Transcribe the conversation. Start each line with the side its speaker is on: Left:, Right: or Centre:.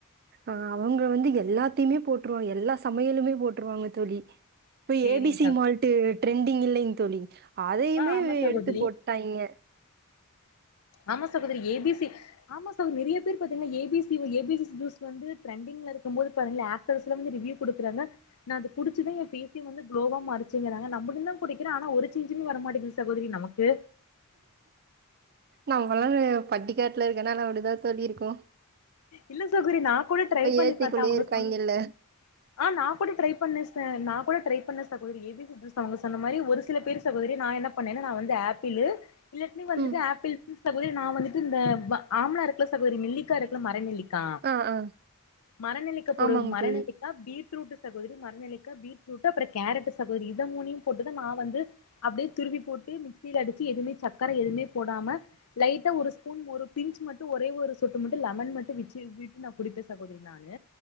Right: அஹ் அவங்க வந்து எல்லாத்தையுமே போட்டுருவாங்க எல்லா சமையலுமே போட்டுருவாங்க தோழி இப்ப
Left: சேரிங்க
Right: ஏபிசி
Left: சகோ
Right: மால்ட் ட்ரெண்டிங் இல்லங்க தோழி அதையுமே
Left: ஆ ஆமா சகோதரி
Right: எடுத்து போட்டாயிங்க
Left: ஆமா சகோதரி ஏபிசி ஆமா சகோரி நிறைய பேர் பாத்தீங்கன்னா ஏபிசி ஏபிசி ஜூஸ் வந்து ட்ரெண்டிங்ல இருக்கும்போது பாத்தீங்கா ஆக்டர்ஸ்ல வந்து ரிவியூ குடுக்குறாங்க நான் அது குடிச்சுதான் என் பேஸே வந்து குளோவா மறுச்சுங்கிறாங்க நம்மட தான் குடிக்கிறேன் ஆனா ஒரு செஞ்சுமே வரமாட்டேங்குது சகோதரி நமக்கு
Right: நம்மல்லாம் பட்டிக்காட்டுல இருக்குறது நால அப்படிதான் தோலியிருக்கோ
Left: இல்ல சகோதரி நா கூட ட்ரை பண்ணி
Right: ஏசிக்குள்ளேயே
Left: பார்த்தேன் அவங்க
Right: இருக்காய்ங்கல்ல.
Left: சொன்ன ஆஹ நா கூட ட்ரை பண்ணே நா கூ கூட ட்ரை பண்ண சகோதரி அவங்க சொன்ன மாரி ஒரு சில பேர் சகோதரி நான் என்ன பண்ணே நான் வந்து ஆப்பிளு இல்லான வந்துட்டு
Right: ம்.
Left: ஆப்பிள் சகோதரி நான் வந்துட்டு இந்த ஆம்லா இருக்கல சகோதரி நெல்லிக்கா இருக்கல மர நெல்லி கா
Right: ஆ ஆ
Left: மரநெல்லிக்க போடு
Right: ஆமாங்க
Left: மரநெல்லிக்கா
Right: தோழி.
Left: பீட்ரூட் சகோதரி மரநெல்லிக்கா பீட்ரூட் அப்றோ கேரட் சகோதரி இத மூனையு போட்டுதான் நான் வந்து அப்படியே துருவி போட்டு மிக்சியில அடிச்சி எதுவுமே சக்கர எதுவுமே போடாம லைட்டா ஒருஸ்பூன் ஒரு பிஞ் மட்டும் ஒரே ஒரு சொட்டு மட்டும் லெமன் மட் விச்சு வீட்டு நான் குடிப்பேன் சகோதிரிநானு